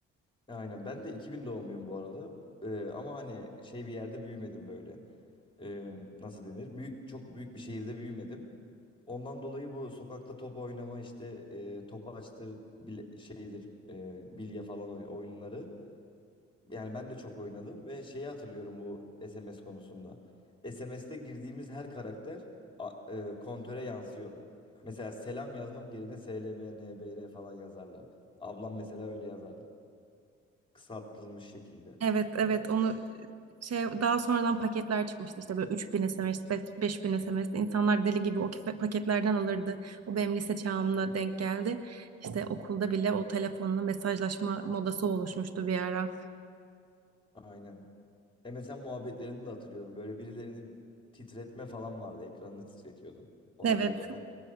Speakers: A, on the left (about 15°); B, on the right (about 50°).
A: Aynen. Ben de 2000 doğumluyum bu arada. Ee, ama hani şey bir yerde büyümedim böyle. Ee, nasıl denir? Büyük çok büyük bir şehirde büyümedim. Ondan dolayı bu sokakta top oynama işte e, topaçtır bile, şeydir e, bilye falan oy- oyunları Yani ben de çok oynadım ve şeyi hatırlıyorum bu SMS konusunda. SMS'te girdiğimiz her karakter a- e, kontöre yansıyordu. Mesela selam yazmak yerine SLMNBR falan yazarlar. Ablam mesela öyle yazardı. Kısaltılmış şekilde.
B: Evet, evet onu şey daha sonradan paketler çıkmıştı işte böyle 3000 SMS, 5000 SMS insanlar deli gibi o kipe- paketlerden alırdı. O benim lise çağımda denk geldi. İşte okulda bile o telefonla mesajlaşma modası oluşmuştu bir ara.
A: Aynen. MSN muhabbetlerini de hatırlıyorum. Böyle birilerini titretme falan vardı. Ekranını titretiyordun. Ona
B: Evet
A: böyle hani